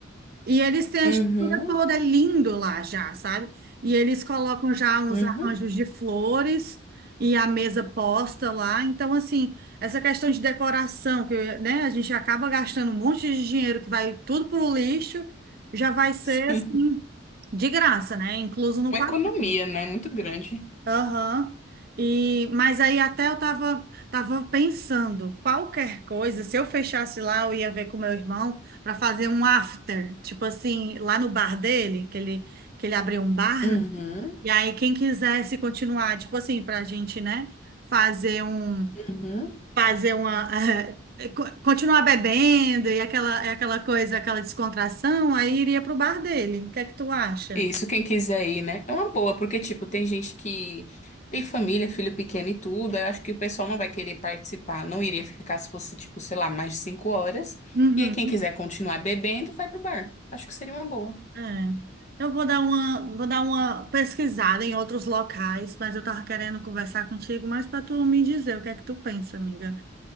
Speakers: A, on the right; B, on the left.
A: e eles têm a
B: uhum,
A: estrutura toda é lindo lá já, sabe? E eles colocam já uns
B: uhum.
A: arranjos de flores e a mesa posta lá. Então, assim, essa questão de decoração, que, né, a gente acaba gastando um monte de dinheiro que vai tudo pro lixo, já vai ser,
B: <laughs>
A: assim, de graça, né? Incluso no
B: Uma
A: papel.
B: economia, né? Muito grande.
A: Aham. E, mas aí até eu tava, tava pensando, qualquer coisa, se eu fechasse lá, eu ia ver com meu irmão para fazer um after, tipo assim, lá no bar dele, que ele, que ele abriu um bar,
B: Uhum,
A: né? E aí quem quisesse continuar, tipo assim, pra gente, né, fazer um,
B: uhum.
A: fazer uma, <laughs> eh, co- continuar bebendo e aquela, aquela coisa, aquela descontração, aí iria pro bar dele. O que é que tu acha?
B: Isso, quem quiser ir, né? É uma boa, porque, tipo, tem gente que tem família, filho pequeno e tudo. aí Eu acho que o pessoal não vai querer participar. Não iria ficar se fosse, tipo, sei lá, mais de cinco horas.
A: Uhum.
B: E aí, quem quiser continuar bebendo, vai pro bar. Acho que seria uma boa.
A: É. Eu vou dar uma, vou dar uma pesquisada em outros locais, mas eu tava querendo conversar contigo mais para tu me dizer o que é que tu pensa, amiga.